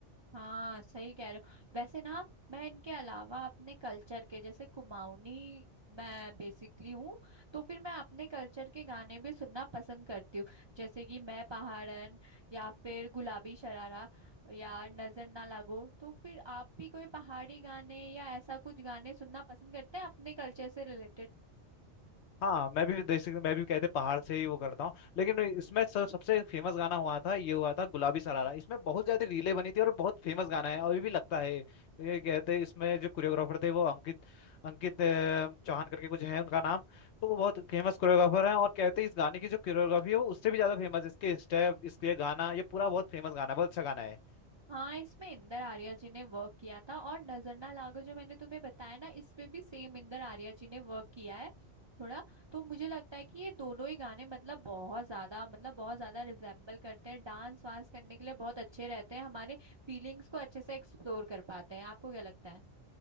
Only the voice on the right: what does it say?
हाँ सही कह रहे हो वैसे ना मैं इनके अलावा अपने कल्चर के जैसे कुमाऊनी मैं बेसिकली हूँ तो फिर मैं अपने कल्चर के गाने भी सुनना पसंद करती हूँ जैसे कि मैं पहाड़न या फिर गुलाबी शरारा या नजर ना लागो तो फिर आप भी कोई पहाड़ी गाने या ऐसा कुछ गाने सुनना पसंद करते हैं अपने कल्चर से रिलेटेड
हाँ इसमें इंदर आर्या जी ने वर्क किया था और नजर ना लागो जो मैंने तुम्हें बताया ना इस पे भी सेम इंदर आर्या जी ने वर्क किया है थोड़ा तो मुझे लगता है कि ये दोनों ही गाने मतलब बहुत ज्यादा मतलब बहुत ज्यादा रिजेम्बल करते हैं डांस वांस करने के लिए बहुत अच्छे रहते हैं हमारे फीलिंग्स को अच्छे से एक्सप्लोर कर पाते हैं आपको क्या लगता